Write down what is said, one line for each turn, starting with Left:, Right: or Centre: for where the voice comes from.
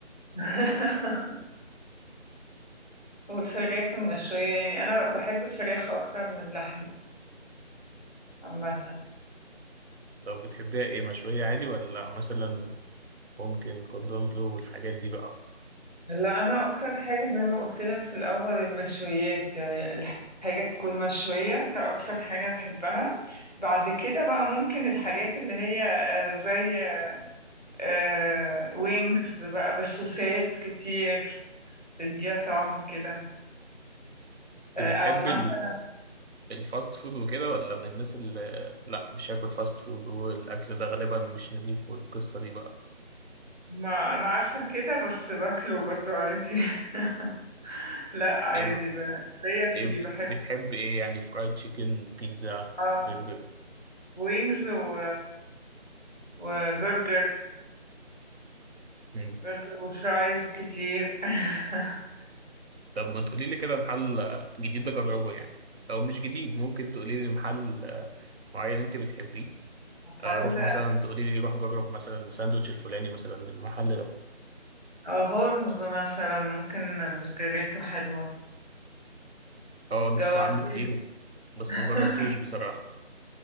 Left: <laughs> والفراخ المشوية يعني انا بحب الفراخ اكتر من اللحمة عامة
Right: طب بتحبيها ايه مشويه عادي ولا مثلا ممكن كوردون بلو والحاجات دي بقى
Left: لا انا اكتر حاجة زي ما قلت لك في الاول المشويات يعني الحاجة تكون مشوية ده اكتر حاجة بحبها بعد كده بقى ممكن الحاجات اللي هي آه، زي آه، وينجز بقى بسوسات كتير تديها طعم كده آه،
Right: انت بتحبي
Left: او مثلا
Right: الفاست فود وكده ولا من الناس اللي لا مش هاكل فاست فود والاكل ده غالبا مش نضيف والقصه دي بقى
Left: ما انا عارفه كده بس باكله برضو عادي <laughs> لا عادي
Right: ايه بقى
Left: ب... ليا فيه
Right: ايه بت-
Left: بحب
Right: بتحب ايه يعني فرايد تشيكن بيتزا
Left: اه
Right: برجر
Left: وينجز و... وبرجر
Right: مم.
Left: برجر وفرايز كتير <laughs>
Right: طب ما تقولي لي كده محل آه، جديد اجربه يعني او مش جديد ممكن تقولي لي محل آه، معين انت بتحبيه اروح
Left: هل
Right: مثلا تقولي لي روح جرب مثلا ساندوتش الفلاني مثلا من المحل ده
Left: اه هولمز مثلا ممكن برجريته حلوة
Right: اه نسمع
Left: جوعتني
Right: عنه كتير بس
Left: <laughs>
Right: مجربتوش بصراحه